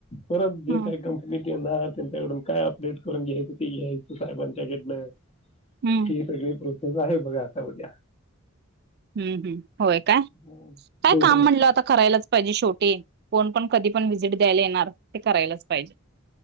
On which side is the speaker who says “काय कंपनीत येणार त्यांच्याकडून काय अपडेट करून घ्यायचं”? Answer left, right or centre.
Left